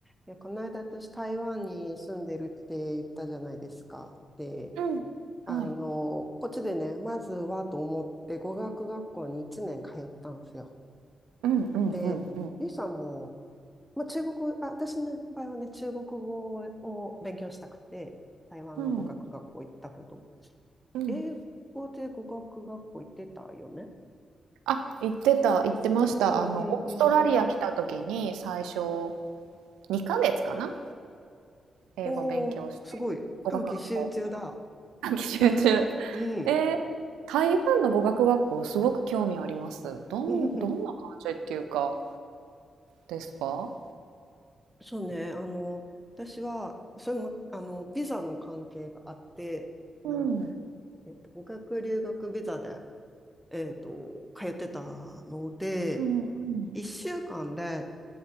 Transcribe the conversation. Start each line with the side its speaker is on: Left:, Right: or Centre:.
Centre: いや、この間私台湾に住んでるって言ったじゃないですか。で、
Right: うん。
Centre: あの、
Right: はい。
Centre: こっちでね、まずはと思って語学学校に1年通ったんですよ。
Right: うんうんうんうん。
Centre: で、ゆいさんも、まあ、中国、あ、私の場合はね、中国語を勉強したくて、台湾の語学学校行ったけど、
Right: うん。うん。
Centre: 英語で語学学校行ってたよね。
Right: あ、行ってた行ってました。
Centre: うんうんうんうん。
Right: あの、オーストラリア来た時に、最初2か月かな、英語勉強して、
Centre: おー、すごい。
Right: 語学学校
Centre: 短期集中だ。
Right: 短期集中。
Centre: うん。
Right: <laughs> えー、台湾の語学学校すごく興味あります。どんどんな感じっていうか、
Centre: <laughs>
Right: ですか？
Centre: そうね、あの、私は、それも、あの、ビザの関係があって、な、
Right: うん。
Centre: えっと、語学留学ビザで、えっと、通ってたので、
Right: うんうん。
Centre: 1週間で、